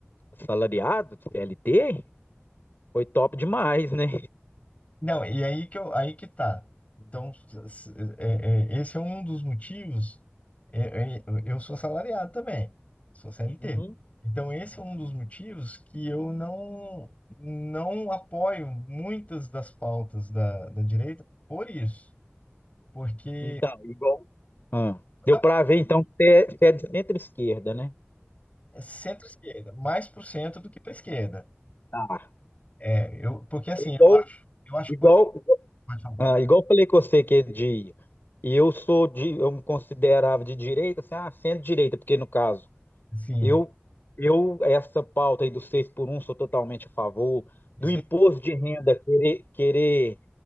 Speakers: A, on the left; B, on the left.
A: assalariado, CLT, foi top demais, né?
B: Não, e aí que eu, aí que tá. Então, s- é- é- esse é um dos motivos. é- é- eu sou assalariado também, sou CLT.
A: Uhum.
B: Então, esse é um dos motivos que eu não, não apoio muitas das pautas da, da direita por isso. Porque
A: Então, igual. Ah, deu
B: não,
A: para ver, então, que você é você é de centro-esquerda, né?
B: é centro-esquerda, mais pro centro do que para esquerda.
A: Tá.
B: É, eu, porque assim,
A: É Igual,
B: eu acho, eu acho
A: igual,
B: coisa.
A: igual,
B: Pode falar.
A: ah, igual eu falei com você que é de. E eu sou de. Eu me considerava de direita, assim, ah, centro-direita, porque no caso,
B: Assim,
A: eu, eu, essa pauta aí do 6 por um sou totalmente a favor.
B: isso
A: Do imposto de renda, querer, querer